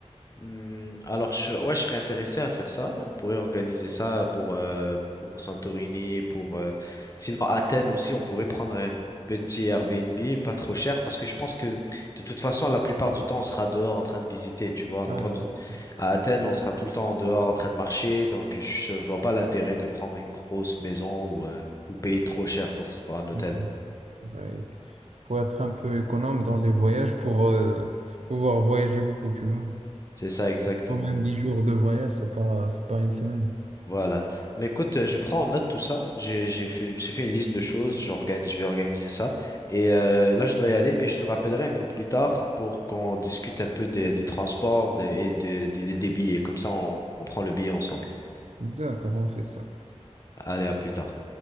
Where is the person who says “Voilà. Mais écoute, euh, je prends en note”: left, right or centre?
Left